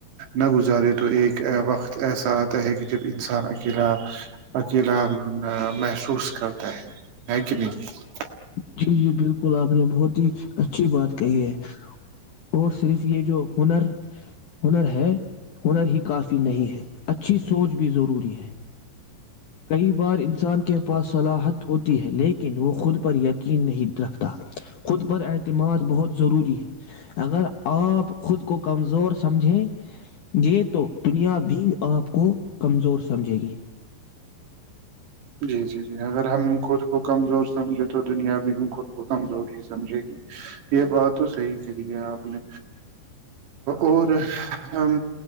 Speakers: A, on the right (about 70°); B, on the left (about 70°).
A: نہ گزارے تو ایک وقت ایسا آتا ہے کہ جب انسان اکیلا اکیلا محسوس کرتا ہے ہے کہ نہیں
B: جی جی بالکل آپ نے بہت ہی اچھی بات کہی ہے اور صرف یہ جو ہنر ہنر ہے ہنر ہی کافی نہیں ہے اچھی سوچ بھی ضروری ہے کئی بار انسان کے پاس صلاحت ہوتی ہے لیکن وہ خود پر ییک یقین نہیں رکھتا خود پر اعتماد بہت ضروری ہے اگر اپ خود کو کمزور سمجھیں یہ تو دنیا بھی آپ کو کمزور سمجھے گی
A: جی جی جی اگر ہم خود کو کمزور سمجھے تو دنیا بھی ہ خود کو کمزور ہی سمجھے گی یہ بات تو صحیح کہ لی ہے آپ نے اور ہم